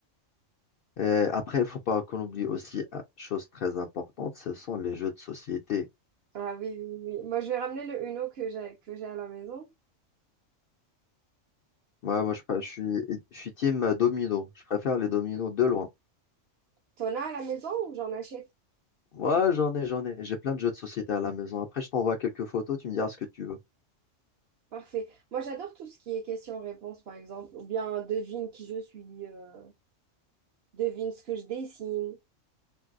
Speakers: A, on the left (about 65°); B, on the right (about 60°).
A: Et après, il faut pas qu'on oublie aussi une chose très importante, ce sont les jeux de société.
B: Ah oui, oui, oui. Moi, je vais ramener le Uno que j'ai que j'ai à la maison.
A: Ouais, moi, je, pr- je suis, je suis team domino. Je préfère les dominos de loin.
B: T'en as à la maison ou j'en achète?
A: Ouais, j'en ai, j'en ai. J'ai plein de jeux de société à la maison. Après, je t'envoie quelques photos. Tu me diras ce que tu
B: Parfait. Moi, j'adore tout ce qui est question-réponse, par exemple, ou bien devine qui je suis, euh, devine ce que je dessine.